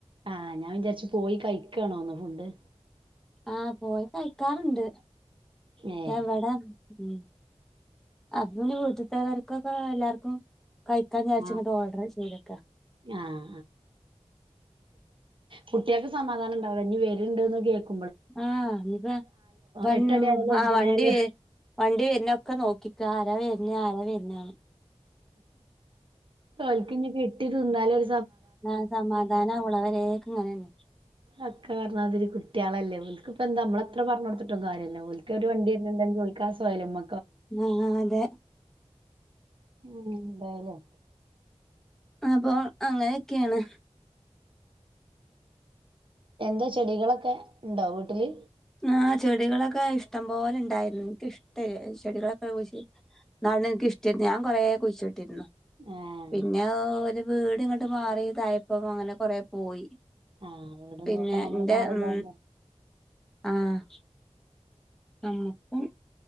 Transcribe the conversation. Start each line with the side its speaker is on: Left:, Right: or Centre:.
Right: ആഹ് ഞാൻ വിചാരിച്ച് പോയി കഴിക്കാണോന്ന് ഫുഡ്
Centre: ആഹ് പോയി കഴിക്കാറ്ണ്ട്
Right: ഏഹ്
Centre: ക്ഷെ ഇവടെ ഉം അപ്പള് വീട്ട്ത്തവർകൊക്കെ എല്ലാർക്കും. കഴിക്കാൻ ജാരിച്ച്ങ്ങട്ട്
Right: ആഹ്
Centre: ഓർഡർ ചെയ്തക്ക്അ
Right: ആഹ് കുട്ടികൾക്ക് സമാധാനംണ്ടാവില്ല ഇനി വേരുണ്ടന്ന് കേൾക്ക
Centre: ആഹ് ഇഞ്ഞിപ്പ വണ്
Right: എട്ടടി ആയാലും ഒമ്പണി
Centre: ആ വണ്ടി
Right: ആയാലും
Centre: വെ വണ്ടി വരുന്ന ഒക്കെ നോക്കിക്കാ ആരാ വരുന് ആരാ വരുന്ന്ന്.
Right: ഓൽക്ക് ഇഞ്ഞ് കിട്ടിതിന്നാലോൽ
Centre: ആ സമാധാനവുള്ളു അത് വരേക്കും ഇങ്ങനെന്നെ
Right: അക്ക പറഞ്ഞമാതിരി കുട്ട്യാളല്ലേ ഓൽക്പ്പെന്താ അമ്മള് എത്ര പറഞ്ഞൊട്ത്തിട്ടും കാര്യല്ല ഓൽക്ക് ഒരു വണ്ടി വര്നെണ്ടെങ്കി ഓൽക് കസസ് വയല്ല മ
Centre: ആ ആഹ് അതെ
Right: ഉം എന്തായാലും
Centre: അപ്പൊ അങ്ങനെയൊക്കെയാണ്
Right: എന്താ ചെടികളൊക്കെ ഇണ്ടോ വീട്ടില്
Centre: ആ ചെടികളൊക്കെ ഇഷ്ടം പോലെ ഇണ്ടായിരുന്നു ഇൻക്ക് ഇഷ്ട ചെടികളൊക്കെ കുഴി എന്നാണ് ഇൻക്ക് ഇഷ്ടെനു ഞാൻ കൊറേ കുഴിച്ചിട്ടിര്ന്നു
Right: ആഹ്
Centre: പിന്നെ വീട് ഇങ്ങെട്ട് മാറി ഇതായപ്പം അങ്ങനെ കൊറേ പോയി
Right: ആഹ് വീടും
Centre: പിന്നെ
Right: തൊക്കെ നമ്മള്
Centre: ഇന്റെ
Right: മാറിതാവുമ്പോ
Centre: ഉം ആഹ് നമുക്കും